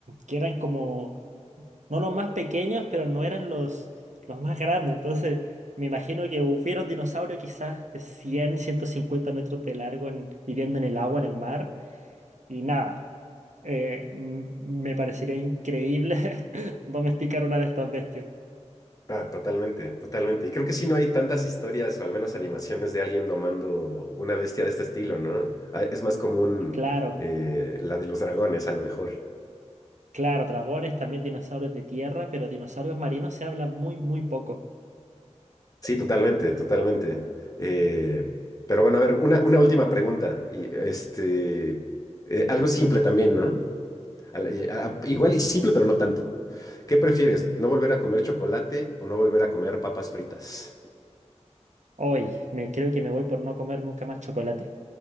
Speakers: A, on the right (about 85°); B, on the left (about 30°).
A: que eran como no los más pequeños, pero no eran los, los más grandes. Entonces, me imagino que hubiera un dinosaurio quizás de cien ciento cincuenta metros de largo en- viviendo en el agua, en el mar. Y nada, eh, m- me parecería increíble <laughs> domesticar una de estas bestias.
B: Ah, totalmente, totalmente. Y creo que sí no hay tantas historias o al menos animaciones de alguien domando una bestia de este estilo, ¿no? Ah, Es más común
A: Claro,
B: eh, la de los dragones, a lo mejor.
A: claro, dragones, también dinosaurios de tierra, pero dinosaurios marinos se habla muy, muy poco.
B: Sí, totalmente, totalmente. Eh, pero bueno, a ver, una, una última pregunta. Y este, eh, algo simple también, ¿no? A la- y- a- igual y simple, pero no tanto. ¿Qué prefieres? ¿No volver a comer chocolate o no volver a comer papas fritas?
A: Hoy, me creo que me voy por no comer nunca más chocolate.